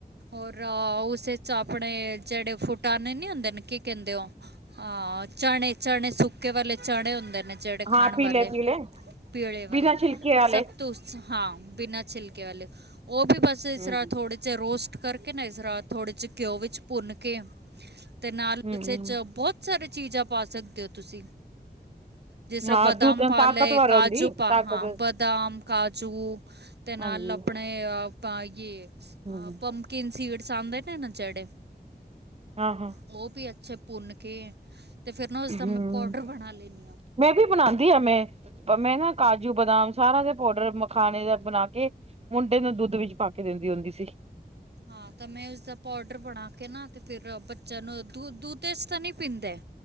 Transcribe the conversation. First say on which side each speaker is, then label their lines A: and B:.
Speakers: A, on the right (about 80°); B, on the right (about 40°).
A: ਔਰ ਉਸੇ ਚ ਆਪਣੇ ਜੇੜੇ ਫੁਟਾਣੇ ਨੀਂ ਹੁੰਦੇ ਨੇ ਕੀ ਕੈਂਦੇ ਓ, ਹਾਂ ਚਣੇ ਚਣੇ ਸੁੱਕੇ ਵਾਲੇ ਚਣੇ ਹੁੰਦੇ ਨੇ ਜੇੜੇ ਖਾਣ
B: ਹਾਂ ਪੀਲੇ
A: ਵਾਲੇ
B: ਪੀਲੇ
A: ਪੀਲੇ
B: ਬਿਨਾਂ
A: ਵਾਲੇ,
B: ਛਿਲਕੇ ਵਾਲੇ
A: ਸਤ ਹਾਂ, ਬਿਨਾਂ ਛਿਲਕੇ ਵਾਲੇ ਓ ਵੀ ਬਸ
B: ਹੂੰ
A: ਇਸ ਤਰ੍ਹਾਂ ਥੋੜੇ ਰੋਸਟ ਕਰਕੇ ਨਾ ਏਸਰਾ ਥੋੜੇ ਜੇ ਘਿਓ ਵਿੱਚ ਭੁੰਨ ਕੇ ਤੇ ਨਾਲ
B: ਹੂੰ
A: ਉਸੇ
B: ਹੂੰ
A: ਚ ਬੋਤ ਸਾਰੀ ਚੀਜ਼ਾਂ ਪਾ ਸਕਦੇ ਓ ਤੁਸੀਂ ਜਿਸਰਾਂ
B: ਹਾਂ
A: ਬਦਾਮ
B: ਦੁੱਧ
A: ਪਾ
B: ਤਾਕਤਵਰ
A: ਲਏ, ਕਾਜੂ
B: ਹੁੰਦੀ
A: ਪਾ
B: ਤਾਕਤ
A: ਹਾਂ, ਬਦਾਮ ਕਾਜੂ ਤੇ
B: ਹਾਂਜੀ
A: ਨਾਲ ਅਪਣੇ ਯੇ
B: ਹੂੰ
A: ਪਮ ਕਿਨ ਸੀਦਸ ਆਂਦੇ ਨੇ ਨਾ ਜੇੜੇ,
B: ਹਾਂ ਹਾਂ
A: ਓ ਵੀ ਅੱਛੇ ਭੁੰਨ ਕੇ ਤੇ ਫੇਰ ਨਾ ਓਸਦਾ
B: ਹੂੰ
A: ਮੈਂ ਪਾਊਡਰ ਬਣਾ ਲੈਂਨੀਂ ਆਂ।
B: ਮੈਂ ਵੀ ਬਨਾਦੀ ਆ ਮੈਂ ਮੈਂ ਨਾ ਕਾਜੂ, ਬਦਾਮ ਸਾਰਾ ਦੇ ਪਾਊਡਰ ਮਖਾਣੇ ਦਾ ਬਨਾ ਕੇ ਮੁੰਡੇ ਨੂੰ ਦੁੱਧ ਵਿੱਚ ਪਾ ਕੇ ਦੇਂਦੀ ਹੁੰਦੀ ਸੀ।
A: ਹਾਂ, ਤਾਂ ਮੈਂ ਈਸਦਾ ਪਾਊਡਰ ਬਣਾ ਕੇ ਨਾ ਤੇ ਫੇਰ ਬੱਚਿਆਂ ਨੂੰ ਦ ਦੁੱਧ ਚ ਤਾਂ ਨਈਂ ਪੀਂਦੇ